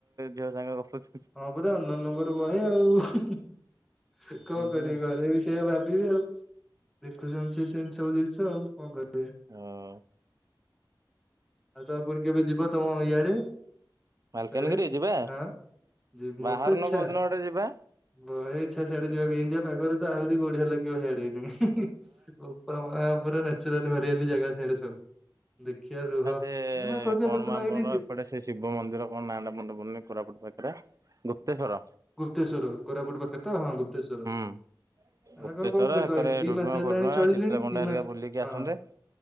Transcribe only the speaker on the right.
ଝିଅ ସାଙ୍ଗେ ଗପୁଛୁ
ବୁଝିଲ
ହୁଁ
ମାଲକାନଗିରି
ଯିବା
ବାହାରୁନ
କୋଉଦିନ ଗୋଟେ ଯିବା
ଏ
କଣ
<unintelligible>
ହେଇଟା ସେ ଶିବ ମନ୍ଦିର କଣ ନାଁ ଟା ମାନେ ପଡୁନି କୋରାପୁଟ ପାଖରେ। ଗୁପ୍ତେଶ୍ୱର।
ହୁଁ ଗୁପ୍ତେଶ୍ଵର
ଏକରେ
ଡୁଡୁମା
ଫୁଡୁମା
ଚିତ୍ରକୋଣ୍ଡା
ହେରିକା
ବୁଲିକି ଆସନ୍ତେ।